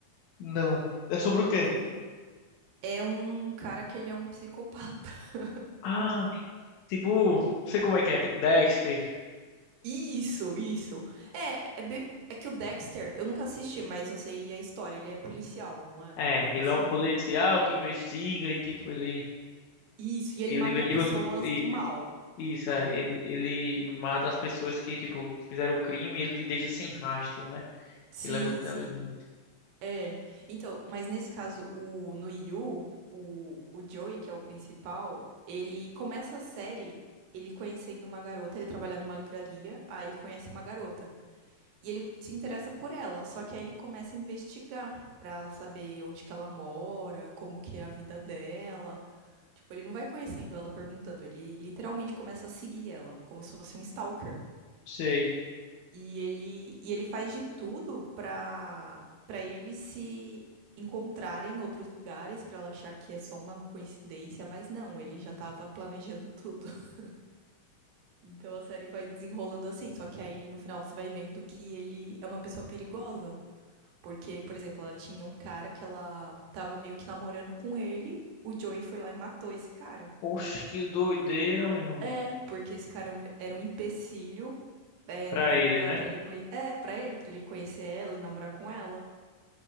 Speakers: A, on the left; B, on the right.
A: Não. É sobre o quê?
B: You é um cara que ele é um psicopata. <laughs>
A: Ah, tipo, sei como é que é, tipo Dexter.
B: Isso, isso. É, é bem. É que o Dexter, eu nunca assisti, mas eu sei a história. Ele é policial, não é?
A: É,
B: Alguma coisa
A: ele é
B: assim.
A: um policial que investiga e tipo ele
B: Isso, e ele
A: ele
B: mata
A: investiga
B: pessoas
A: os isso,
B: do mal,
A: isso
B: digamos.
A: é, ele, ele mata as pessoas que tipo fizeram o crime e ele deixa sem rastro, né?
B: Sim,
A: Ele é muito inteligente.
B: sim. É. Então, mas nesse caso, o, no Yu, o, o Joey, que é o principal, ele começa a série ele conhecendo uma garota, ele trabalha numa livraria, aí ele conhece uma garota. E ele se interessa por ela, só que aí ele começa a investigar pra saber onde que ela mora, como que é a vida dela. Tipo, ele não vai conhecendo ela perguntando, ele literalmente começa a seguir ela, como se fosse um stalker.
A: Sei.
B: E ele, e ele faz de tudo pra para eles se encontrarem em outros lugares, pra ela achar que é só uma coincidência, mas não, ele já tava planejando tudo. <laughs> Então a série vai desenrolando assim, só que aí no final você vai vendo que ele é uma pessoa perigosa. Porque, por exemplo, ela tinha um cara que ela tava meio que namorando com ele, o Joey foi lá e matou esse cara.
A: Oxe, que doideira, meu irmão.
B: É, porque esse cara era um empecilho é,
A: Pra
B: na vida
A: ele, né?
B: pra ele conhe... é, para ele, para ele conhecer ela e namorar com ela.